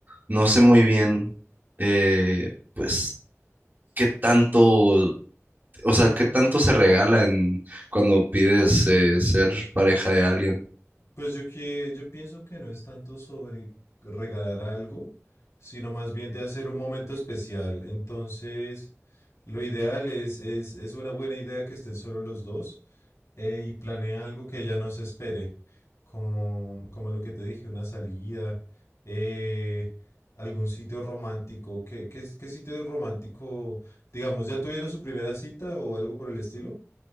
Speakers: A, on the right; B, on the left.
A: no sé muy bien, eh, pues, qué tanto, o sea, qué tanto se regala en, cuando pides eh, ser pareja de alguien.
B: Pues yo que yo pienso que no es tanto sobre regalar algo, sino más bien de hacer un momento especial. Entonces, lo ideal es, es, es una buena idea que estén solo los dos eh, y planea algo que ella no se espere, como, como lo que te dije, una salida, eh, algún sitio romántico. ¿Qué, qué, es- qué sitio romántico, digamos, ya tuvieron su primera cita o algo por el estilo?